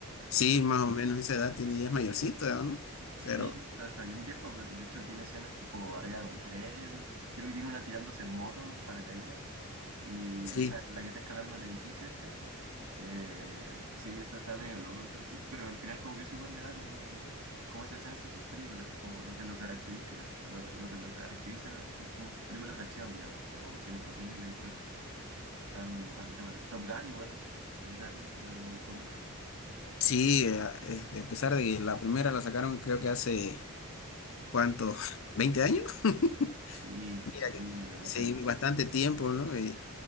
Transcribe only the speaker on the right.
Sí,
está, está bien viejo, pero de hecho tiene escenas tipo arriba de un tren. Creo que tiene una tirándose en moto, en paracaídas. Y
esa, la que está escalando el edificio este. eh, sí, está, está medio loco el Tom Cruise, pero al final como que eso igual le da como, como esa esencia a sus películas, como lo que lo caracteriza. Lo, que- lo que lo caracteriza son como sus películas de acción, digamos, como Misión Imposible y todo esto. Están bastante buenas. Top Gun igual. Top Gun me, me gustó mucho.
Sí,
sí,
ya mucho
tiempo.